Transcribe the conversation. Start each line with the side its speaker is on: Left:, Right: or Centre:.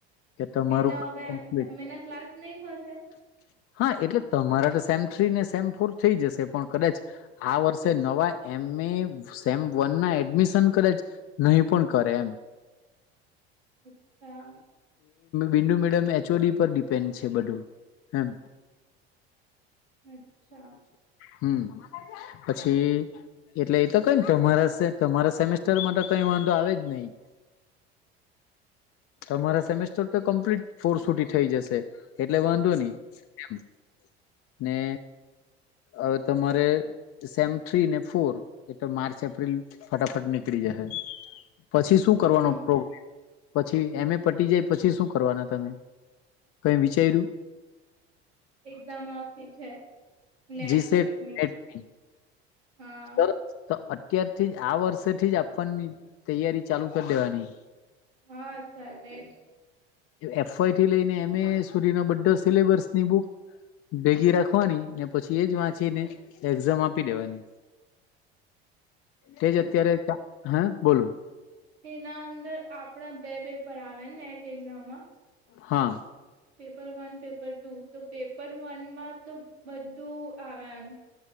Left: કે તમારું
Right: એટલે હવે
Left: <unintelligible>
Right: એમ એના ક્લાસ નહી થશે
Left: હા એટલે તમારા તો સેમ થ્રી ને સેમ ફોર થઈ જશે પણ કદાચ આ વર્ષે નવા એમ એ સેમ વનના એડમિશન કદાચ નઈ પણ કરે એમ
Right: અચ્છા.
Left: Bindu madam H O D પર ડિપેન્ડ છે બઢુ એમ.
Right: અચ્છા.
Left: હમ્મ. પછી એટલે એ તો કઈની તમારા સે તમારા સેમેસ્ટર મા ટો કઈ વાંધો આવે જ નઈ <inaudible> તમારા સેમેસ્ટર તો કમ્પ્લીટ ફોર સુઢી ઠઈ જશે એટલે વાંધો ની એમ. ને અવે તમારે સેમ થ્રી ને ફોર એટલે માર્ચ એપ્રિલ ફટાફટ નીકળી જહે પછી શું
Right: હમ
Left: કરવાનો પ્રોગ પછી એમ એ પટી જાય પછી શું કરવાના તમે? કંઈ વિચાયરુ?
Right: એકઝામ આપી છે નેટ
Left: જી સેટ
Right: સેટની.
Left: નેટ ની
Right: હા
Left: સરસ તો અત્યારથી જ આ વર્ષેથી જ આપવાની તૈયારી ચાલુ કર દેવાની
Right: હા સર એજ.
Left: એફ વાયથી લેઈને એમ એ સુધીનો બઢો સિલેબસની બુક ભેગી રાખવાની ને પછી એજ વાંચીને એક્ઝામ આપી ડેવાની. તેજ અત્યારે <unintelligible> હેં બોલો.
Right: તેના અંદર આપણા બે પેપર આવેન નેટ એક્ઝામમાં?
Left: હાં.
Right: પેપર વન, પેપર ટુ, તો પેપર વનમાં તો વધું આવ્યા.